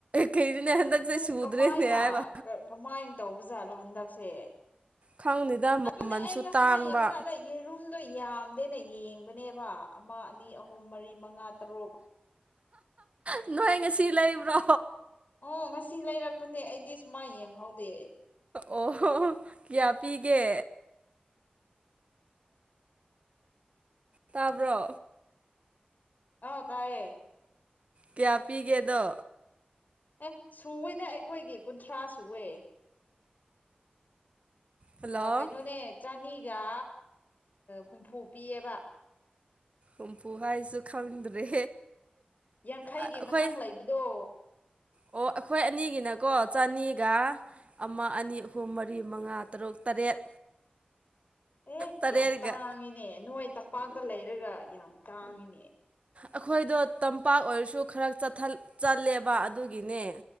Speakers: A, on the right; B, on the left.
A: ꯀꯩꯅꯣꯅꯦ ꯍꯟꯗꯛꯁꯦ
B: ꯑꯦ
A: ꯁꯨꯗ꯭ꯔꯦꯅꯦ
B: ꯀꯃꯥꯏꯅ
A: ꯍꯥꯏꯕ
B: ꯀꯃꯥꯏꯅ ꯇꯧꯕꯖꯥꯠꯂꯣ ꯍꯟꯗꯛꯁꯦ
A: ꯈꯪꯗꯦꯗ
B: ꯑꯗꯨꯅꯦ
A: ꯃꯃꯜꯁꯨ
B: ꯑꯩ ꯉꯁꯥꯏ
A: ꯇꯥꯡꯕ
B: ꯌꯦꯡꯕ ꯀꯥꯟꯗ ꯌꯦꯔꯨꯝꯗꯣ ꯌꯥꯝꯗꯦꯅ ꯌꯦꯡꯕꯅꯦꯕ ꯑꯃ ꯑꯅꯤ ꯑꯍꯨꯝ ꯃꯔꯤ ꯃꯉꯥ ꯇꯔꯨꯛ
A: ꯅꯣꯏ ꯉꯁꯤ ꯂꯩꯕ꯭ꯔꯣ
B: ꯑꯣ ꯉꯁꯤ ꯂꯩꯔꯛꯄꯅꯦ ꯑꯩꯗꯤ ꯁꯨꯃꯥꯏ ꯌꯦꯡꯍꯧꯗꯦ
A: ꯑꯣꯍꯣ ꯀꯌꯥ ꯄꯤꯒꯦ ꯇꯥꯕ꯭ꯔꯣ
B: ꯑꯥꯎ ꯇꯌꯦ
A: ꯀꯌꯥ ꯄꯤꯒꯦ ꯑꯗꯣ
B: ꯑꯦ ꯁꯨꯋꯦꯗ ꯑꯩꯈꯣꯏꯒꯤ ꯀꯨꯟꯊ꯭ꯔꯥ ꯁꯨꯋꯦ
A: ꯍꯜꯂꯣ
B: ꯀꯩꯅꯣꯅꯦ ꯆꯅꯤꯒ ꯍꯨꯝꯐꯨ ꯄꯤꯌꯦꯕ
A: ꯍꯨꯝꯐꯨ ꯍꯥꯏꯁꯨ ꯈꯪꯗ꯭ꯔꯦ
B: ꯌꯥꯡꯈꯩꯒꯤ
A: ꯑꯩꯈꯣꯏ
B: ꯃꯊꯪ ꯂꯩꯕꯗꯣ
A: ꯑꯣ ꯑꯩꯈꯣꯏ ꯑꯅꯤꯒꯤꯅꯀꯣ ꯆꯅꯤꯒ
B: ꯎꯝ
A: ꯑꯃ ꯑꯅꯤ ꯑꯍꯨꯝ ꯃꯔꯤ ꯃꯉꯥ ꯇꯔꯨꯛ ꯇꯔꯦꯠ
B: ꯑꯦ
A: ꯇꯔꯦꯠꯒ
B: ꯌꯥꯝ ꯇꯥꯡꯏꯤꯅꯦ ꯅꯣꯏ ꯇꯝꯄꯥꯛꯇ ꯂꯩꯔꯒ ꯌꯥꯝ ꯇꯥꯡꯏꯤꯅꯦ
A: ꯑꯩꯈꯣꯏꯗꯣ ꯇꯝꯄꯥꯛ ꯑꯣꯏꯔꯁꯨ ꯈꯔ ꯆꯠꯂꯦꯕ ꯑꯗꯨꯒꯤꯅꯦ